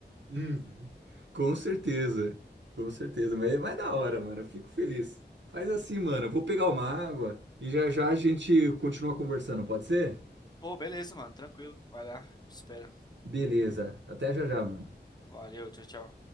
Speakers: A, on the right; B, on the left.
A: Uhum. Com certeza, com certeza, mas é mais da hora, mano. Eu fico feliz. Faz assim, mano. Eu vou pegar uma água e já já a gente continua conversando, pode ser?
B: Pô, beleza, mano. Tranquilo. Vai lá. Eu te espero.
A: Beleza. Até já já, mano.
B: Valeu, tchau, tchau.